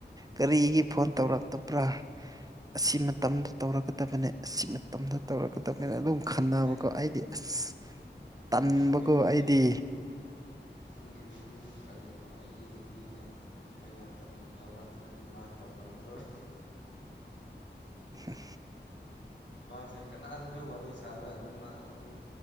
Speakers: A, on the right; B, on the left.
A: ꯀꯔꯤꯒꯤ ꯐꯣꯟ ꯇꯧꯔꯛꯇꯕ꯭ꯔꯥ꯫ ꯑꯁꯤ ꯃꯇꯝꯗ ꯇꯧꯔꯛꯀꯗꯕꯅꯦ ꯑꯁꯤ ꯃꯇꯝꯗ ꯇꯧꯔꯛꯀꯗꯕꯅꯦ ꯑꯗꯨꯝ ꯈꯟꯅꯕꯀꯣ
B: ꯅꯪ
A: ꯑꯩꯗꯤ ꯑꯁ ꯇꯟꯕꯀꯣ
B: ꯅꯪꯒꯤ ꯅꯨꯄꯤ
A: ꯑꯩꯗꯤ
B: ꯅꯪꯒꯤ ꯅꯨꯄꯤꯗꯤ ꯐꯩꯗꯣ ꯑꯩꯒꯤ ꯅꯨꯄꯤꯁꯦ ꯑꯩꯅ ꯇꯧꯔꯛ ꯇꯧꯔꯛꯇ꯭ꯔꯗꯤ ꯃꯥ ꯇꯧꯔꯛꯂꯔꯣꯏ
A: ꯎꯝ
B: ꯃꯥꯁꯦ ꯀꯅꯥꯗꯁꯨ ꯋꯥꯔꯤ ꯁꯥꯔꯣꯏ ꯑꯗꯨꯝ ꯑꯗꯨꯝ